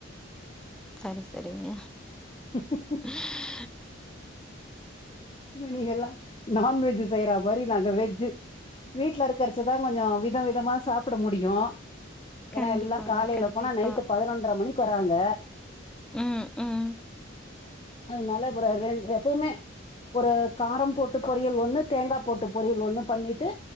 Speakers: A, in the centre; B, on the left.
A: சரி சரிங்க
B: <inaudible>
A: <inaudible>
B: நீங்க எல்லா நான் வெஜ்ஜு செய்யற மாரி நாங்க வெஜ்ஜு வீட்ல இருக்கரச்சதா நாங்க வித விதமா சாப்புட முடியு ஏன்னா
A: கண்டிப்பாங்க
B: எல்லா காலயில
A: கண்டிப்பா
B: போனா நைட்டு பதினொன்றரை மணிக்கு வராங்க
A: ம் ம்
B: அதனால <unintelligible> எப்பவுமே ஒரு காரம் போட்டு பொரியல் ஒண்ணு தேங்கா போட்டு பொரியல் ஒண்ணு பண்ணிட்டு